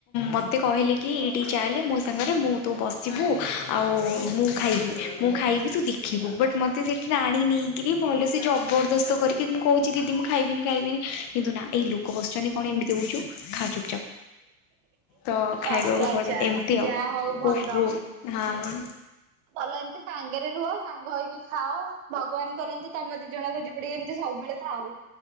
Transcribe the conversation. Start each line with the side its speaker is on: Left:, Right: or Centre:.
Left: ମୋତେ କହିଲେ କି ଏଇଠିକି ଚାଁଲେ ମୋ ସାଙ୍ଗରେ ମୁଁ ତୁ ବସିବୁ ଆଉ ମୁଁ ଖାଇବି ମୁଁ ଖାଇବି ତୁ ଦେଖିବୁ ବଟ୍ ମୋତେ ସେଇଠି ଆଣିନି ଭଲ ସେ ଜବରଦସ୍ତ କରିକି ମୁଁ କହୁଛି ଦିଦି ମୁଁ ଖାଇବିନି ଖାଇବିନି କିନ୍ତୁ ନା ଏଇ ଲୋକ ବସିଛନ୍ତି କଣ ଏମିତି କହୁଛୁ ଉ ଖାଉଚୁପଚପ ତ ଖାଇବାକୁ
Right: ଆଚ୍ଛା ଆଚ୍ଛା
Left: ପଡେ ଏମିତି
Right: ଯାହା
Left: ଆଉ
Right: ହଉ ଭଲ।
Left: ବହୁତ ବହୁତ ହହଁ
Right: ଭଲ ଏମିତି ସାଙ୍ଗରେ ରୁହ ସାଙ୍ଗ ହେଇକି ଖାଅ ଭଗବାନ କରନ୍ତି। ତମେ ଦି ଜଣଙ୍କ ଯୋଡି ଏମିତି ସବୁବେଳେ ଥାଉ।